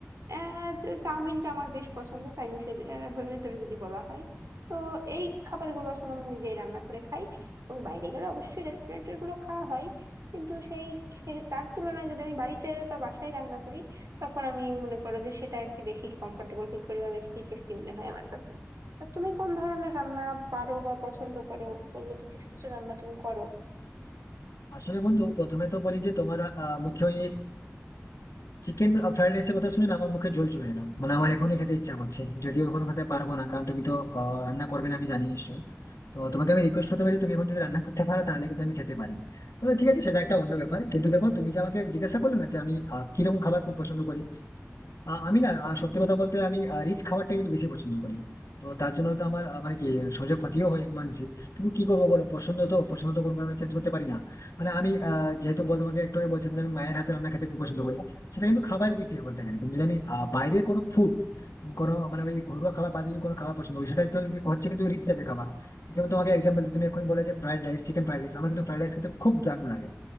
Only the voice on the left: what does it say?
আসলে বন্ধু প্রথমে তো বলি যে তোমার আহ, মুখে ওই চিকেন ফ্রাইড রাইসের কথা শুনে না আমার মুখে জল চলে এলো মানে আমার এখনই খেতে ইচ্ছা করছে যদিও এখনো খেতে পারবো না কারণ তুমি তো আহ, রান্না করবে না আমি জানি নিশ্চয়ই তো তোমাকে আমি রিকোয়েস্ট করতে পারি তুমি এখন যদি রান্না করতে পারো তাহলে কিন্তু আমি খেতে পারি তো ঠিক আছে সেটা একটা অন্য ব্যাপার কিন্তু দেখো তুমি যে আমাকে জিজ্ঞাসা করলে না যে আমি আহ, কিরকম খাবার খুব পছন্দ করি আহ, আমি না আহ, সত্যি কথা বলতে আমি রিচ খাবারটা কিন্তু বেশি পছন্দ করি তো তার জন্য তো আমার আহ, মানে কি শরীরে ক্ষতিও হয় আমি মানছি কিন্তু কি করবো বলো পছন্দ তো পছন্দ তো কোনো কারণে চেঞ্জ করতে পারি না মানে আমি আহ, যেহেতু বল- তোমাকে একটু আগে বলছিলাম যে আমি মায়ের হাতে রান্না খেতে খুব পছন্দ করি সেটা কিন্তু খাবারের দিক থেকে বলতে গেলে কিন্তু যদি আমি আহ, বাইরের কোনো ফুড কোনো মানে ওই ঘরোয়া খাবার বাদে যদি কোনো খাবার পছন্দ করি সেটা তো হচ্ছে কিন্তু রিচ টাইপের খাবার যেমন তোমাকে এক্সাম্পল তুমি এখন বলে যে fried rice chicken fried rice আমার কিন্তু ফ্রাইড রাইস খেতে খুব দারুণ লাগে